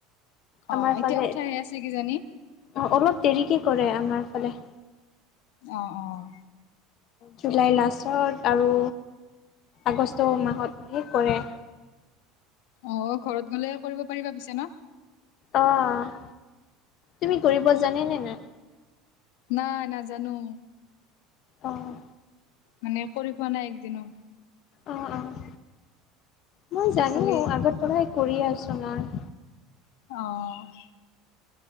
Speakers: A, on the left; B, on the left.
A: অ',
B: আমাৰ
A: এতিয়া
B: ফালে
A: উঠাই আছে কিজানি।
B: অ', অলপ দেৰিকে কৰে আমাৰ ফালে।
A: অ', অ'।
B: জুলাই লাষ্টত আৰু আগষ্ট মাহত শেষ কৰে।
A: অ', ঘৰত গ'লে কৰিব পাৰিবা পিছে ন?
B: অ', তুমি কৰিব জানে নে নাই?
A: নাই নাজানো।
B: অ'।
A: মানে কৰি পোৱা নাই একদিনো।
B: অ', অ', মই জানোঁ।
A: খালি
B: আগত পৰাই কৰি আছোঁ মই।
A: অ'।